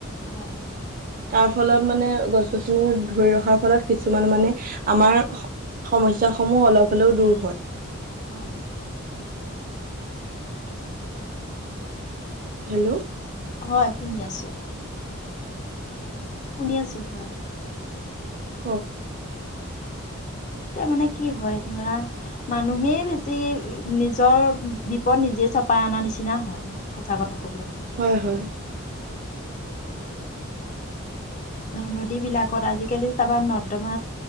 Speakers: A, on the left (about 35°); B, on the right (about 40°).
A: হয়।
B: তাৰ ফলত মানে গছ-গছনি ধৰি ৰখাৰ ফলত কিছুমান মানে আমাৰ সমস্যা সমূহ অলপ হলেও দূৰ হয়।
A: হয়।
B: হেল্ল'।
A: হয়, শুনি আছো। শুনি আছো, হয়।
B: কওক।
A: তাৰ মানে কি হয়, ধৰা মানুহেই বেছি নিজৰ বিপদ নিজে চপা অনা নিচিনা হয় সঁচা কথা ক
B: হয়, হয়। <inaudible>
A: ধ নদী বিলাকত আজিকালি চাবা নৰ্দমা